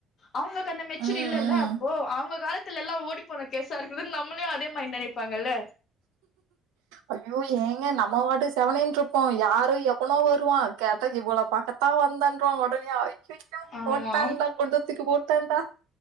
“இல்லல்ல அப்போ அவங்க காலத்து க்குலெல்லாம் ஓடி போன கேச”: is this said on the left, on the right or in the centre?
Left